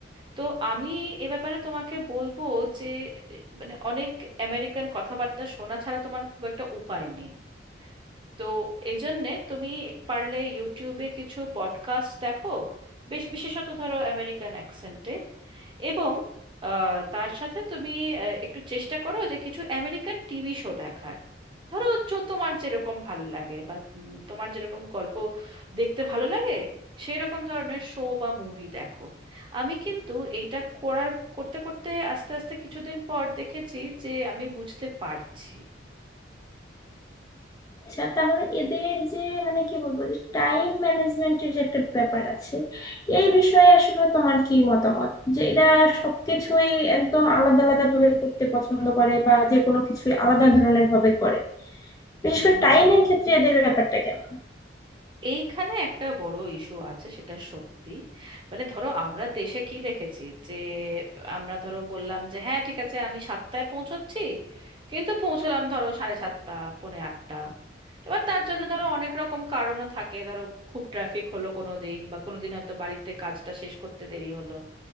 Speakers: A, on the right; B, on the left.
A: তো আমি এ ব্যাপারে তোমাকে বলবো যে এ, মানে অনেক আমেরিকান কথাবার্তা শোনা ছাড়া তোমার খুব একটা উপায় নেই তো এই জন্যে তুমি পারলে ইউটিউবে কিছু পডকাস্ট দেখো বেশ বিশেষত ধরো আমেরিকান অ্যাকসেন্টে এবং আহ, তার সাথে তুমি আহ, একটু চেষ্টা করো যে কিছু আমেরিকান টিভি শো দেখার ধরো চো তোমার যেরকম ভাল লাগে বা উম, তোমার যেরকম গল্প দেখতে ভালো লাগে সেরকম ধরনের শো বা মুভি দেখো আমি কিন্তু এইটা করার করতে করতে আস্তে আস্তে কিছুদিন পর দেখেছি যে আমি বুঝতে পারছি
B: আচ্ছা তাহলে এদের যে মানে কি বলবো যে টাইম ম্যানেজমেন্টের যে একটা ব্যাপার আছে এই বিষয়ে আসলে তোমার কি মতামত যে এরা সবকিছুই একদম আলাদা আলাদা ভাবে করতে পছন্দ করে বা যে কোনো কিছুই আলাদা ধরনের ভাবে করে বিশেষ
A: হুম
B: করে টাইমের ক্ষেত্রে এদের ব্যাপারটা কেমন
A: এইখানে একটা বড় ইস্যু আছে সেটা সত্যি মানে ধরো আমরা দেশে কি দেখেছি যে আমরা ধরো বললাম যে হ্যাঁ ঠিক আছে আমি সাতটায় পৌঁছচ্ছি কিন্তু পৌঁছলাম ধরো সাড়ে সাতটা পৌনে আটটা এবার তার জন্য ধরো অনেক রকম কারণও থাকে ধরো খুব ট্রাফিক হলো কোনো দিন বা কোনো দিন হয়তো বাড়িতে কাজটা শেষ করতে দেরি হলো